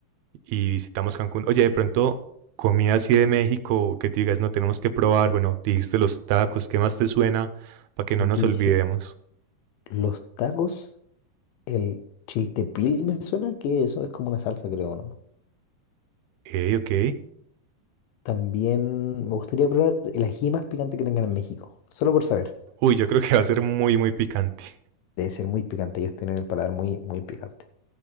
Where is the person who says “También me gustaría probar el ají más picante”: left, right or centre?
Left